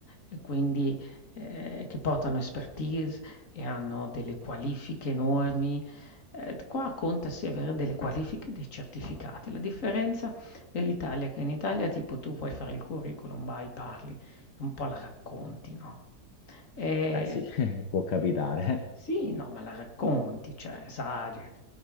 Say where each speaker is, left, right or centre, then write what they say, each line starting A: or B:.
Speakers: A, on the left (about 50°); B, on the left (about 80°).
A: e quindi ehm, che portano expertise e hanno delle qualifiche enormi. Ehm, qua conta sì avere delle qualifiche, e dei certificati. La differenza dell'Italia è che in Italia tipo tu puoi fare il curriculum, vai, parli, e un po' la racconti, no? E
B: Beh sì, <laughs> può capitare.
A: sì, no, ma la racconti, cioè esageri.